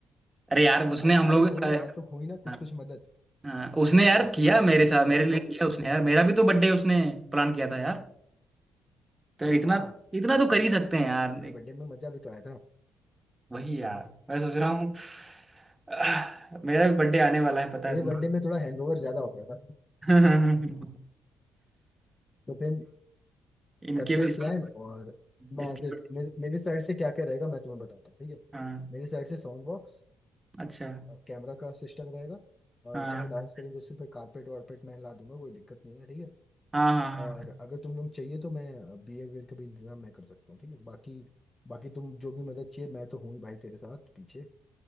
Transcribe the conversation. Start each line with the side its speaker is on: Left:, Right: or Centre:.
Right: अरे यार उसने
Left: आज
Right: हम लोग
Left: चल कोई ना
Right: अ,
Left: मैं तो हुई ना
Right: हाँ
Left: कुछ कुछ मदद
Right: हाँ, उसने यार
Left: जैसे
Right: किया
Left: कि
Right: मेरे साथ
Left: मैं
Right: मेरे
Left: साउंड
Right: लिए
Left: बॉक्स
Right: किया
Left: ला
Right: उसने
Left: रहा हूँ
Right: यार मेरा भी तो बर्थडे उसने प्लान किया था यार तो
Left: हाँ
Right: यार इतना
Left: हाँ
Right: इतना
Left: ये तो
Right: तो
Left: है
Right: कर ही सकते हैं यार
Left: तेरे बर्थडे में मजा भी तो आया था
Right: वही यार मैं सोच रहा हूँ आह, मेरा भी बर्थडे आने वाला है पता
Left: तेरे
Right: है तुम
Left: बर्थडे में थोड़ा हैंगओवर ज्यादा हो गया था
Right: <laughs>
Left: तो फिर
Right: इनके
Left: करते
Right: भी
Left: हैं
Right: इसके
Left: प्लान और मैं
Right: इसके
Left: देख
Right: birthday-
Left: मेरी, मेरी साइड से क्या क्या रहेगा मैं तुम्हें बताता हूँ ठीक है
Right: हाँ
Left: मेरी साइड से साउंड बॉक्स
Right: अच्छा
Left: कैमरा का सिस्टम रहेगा और
Right: हाँ
Left: जहाँ डांस करेंगे उसके पे कारपेट वारपेट मैं ला दूंगा कोई दिक्कत नहीं है ठीक है
Right: हाँ हाँ हाँ
Left: और अगर तुम लोग चाहिए तो मैं बियर वियर का भी इंतजाम मैं कर सकता हूँ ठीक है बाकी बाकी तुम जो भी मदद चाहिए मैं तो हूँ ही भाई तेरे साथ पीछे